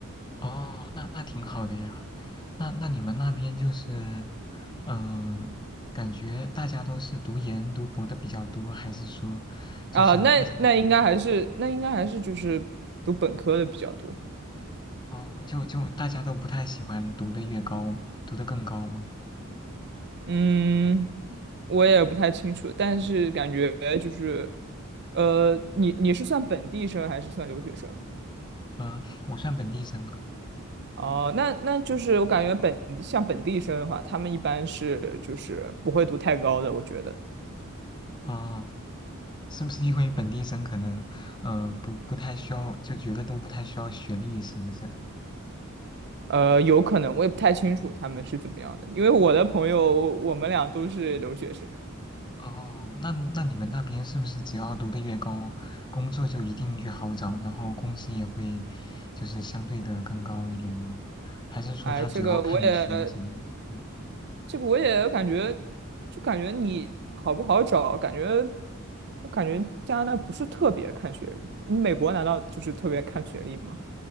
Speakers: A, on the left (about 20°); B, on the right (about 55°).
A: 哦，那那挺好的呀。那那你们那边就是，嗯、感觉大家都是读研读博的比较多，还是说，就是大家都读的很
B: 啊，那那应该还是那应该还是就是读本科的比较多，
A: 嗯哦，就就大家都不太喜欢读的越高，读的更高吗？
B: 嗯。我也不太清楚，但是感觉就是，呃，你你是算本地生还是算留学生？
A: 嗯、我算本地生啊。
B: 哦，那那就是我感觉本地像本地生的话，他们一般是就是不会读太高的，我觉得，
A: 哦，是不是因为本地生可能，嗯、不不太需要，就觉得都不太需要学历，是不是？
B: 呃，有可能我也不太清楚他们是怎么样的，因为我的朋友我们俩都是留学生，
A: 哦，那那你们那边是不是只要读得越高，工作就一定越好找，然后工资也会就是相对的更高一点呢？还是说他主要看你学的什么？
B: 哎，这个我也
A: 嗯，
B: 这个我也感觉，就感觉你好不好找，感觉我感觉加拿大不是特别看学历，美国难道就是特别看学历吗？